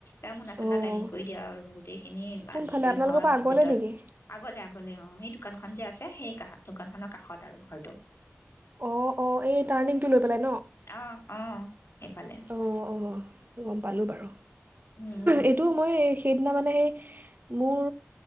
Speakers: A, on the left; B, on the right.
A: এ মোনা চোনা
B: অঁ
A: দাঙি কৰি দিয়ে আৰু গোটেইখিনি
B: কোনফালে
A: আনি কৰি
B: আপোনালোকৰ
A: ঘৰৰ
B: পৰা আগলৈ
A: ভিতৰত,
B: নেকি
A: আগলে আগলে অ', সেই দোকান খন যে আছে, সেই কাষ দোকান খনৰ কাষত আৰু ঘৰটো।
B: অ', অ', এই টাৰ্ণিংটো লৈ পেলাই
A: অ', অ'। সেইফালে
B: অ', অ', গম পালোঁ বাৰু
A: উম
B: এইটো মই এই, সেই মই, মানে, সেই মোৰ